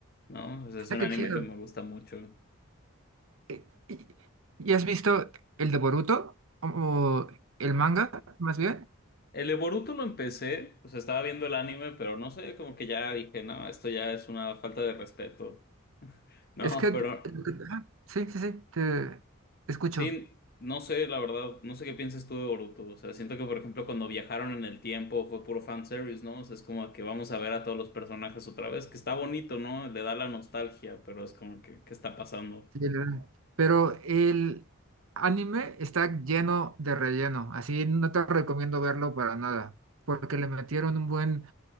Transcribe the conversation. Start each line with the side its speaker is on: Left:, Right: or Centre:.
Left: ¿no? O sea, es
Right: Ah,
Left: un
Right: qué
Left: anime
Right: chido.
Left: que me gusta mucho.
Right: ¿Y, y- y has visto el de Boruto? ¿O o el manga, más bien?
Left: El de Boruto lo empecé, o sea, estaba viendo el anime, pero no sé, como que ya dije, no, esto ya es una falta de respeto. <laughs> No,
Right: Es que,
Left: pero
Right: ah, sí, sí, sí, te escucho.
Left: Sí, no sé, la verdad, no sé qué piensas tú de Boruto. O sea, siento que, por ejemplo, cuando viajaron en el tiempo fue puro fanservice, ¿no? O sea, es como que vamos a ver a todos los personajes otra vez, que está bonito, ¿no? Le da la nostalgia, pero es como que, ¿qué está pasando?
Right: Sí, la verdad. Pero el anime está lleno de relleno, así no te recomiendo verlo para nada, porque le metieron un buen